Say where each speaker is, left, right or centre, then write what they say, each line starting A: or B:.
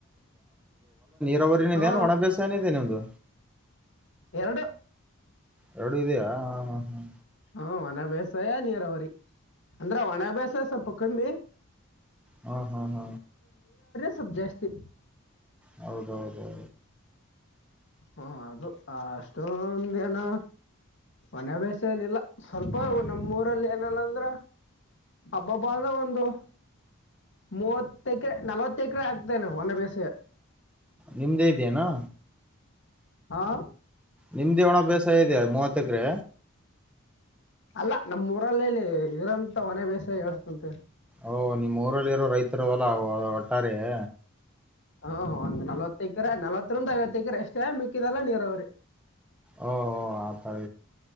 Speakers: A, in the centre; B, on the left.
A: ಬೋರರಿನ
B: ಹಾ
A: ಒಣ ಬೇಸಾನೇನ ಇದೇ ನಿಂದು.
B: ಎರಡು
A: ಎರಡು ಇದೆಯಾ ಹ ಹ್ಮ
B: ಹ ಒಣ ಬೇಸಾಯ ನೀರಾವರಿ ಅಂದ್ರೆ ಒಣ ಬೇಸಾಯ ಸ್ವಲ್ಪ ಕಮ್ಮಿ,
A: ಹ್ಮ ಹ್ಮ್
B: ಸ್ವಲ್ಪ್ ಜಾಸ್ತಿ
A: ಹೌದೌದೌದು
B: ಹ ಅದು ಅಷ್ಟೊಂದ ಏನು ಒಣ ಬೇಸಯ ಏನಿಲ್ಲ ಸ್ವಲ್ಪ ನಮ್ಮೂರಲ್ಲಿ ಏನಲ್ಲ ಅಂದ್ರ ಅಬ್ಬಬ್ಬಾ ಅಂದ್ರ ಒಂದು ಮೂವತ್ತ ಎಕರೆ ನಲ್ವತ್ತು ಎಕರೆ ಆಗ್ತೇನೆ ಒನ್ ಬೇಸಾಯ
A: ನಿಮ್ದೇ ಇದೆ ಎನು?
B: ಹಾ
A: ನಿಮ್ದೇ ಒಣ ಬೇಸಾಯ ಇದೆ ಮೂವತ್ತಕ್ರೆ.
B: ಅಲ್ಲ ನಮ್ಮ್ ಊರಲ್ಲಲ್ಲಿ ಇರಂತ ಒನ್ ಬೇಸಾಯ ಹೇಳ್ಕುಂತ
A: ಓಹ ನಿಮ್ಮ್ ಊರಲ್ಲಿರೋ ರೈತರು ಹೋಲ್ಲಾ ಒಟ್ಟಾರೆಯೆ
B: ಹಾ ಒಂದ್ ನಲವತ್ತ ಎಕರೆ ನಲ್ವತ್ತರಿಂದ ಐವತ್ತು ಎಕರೆ ಎಷ್ಟೇ ಮಿಕ್ಕಿದೆಲ್ಲ ನೀರವರಿ.
A: ಓ ಹ ಆತಳ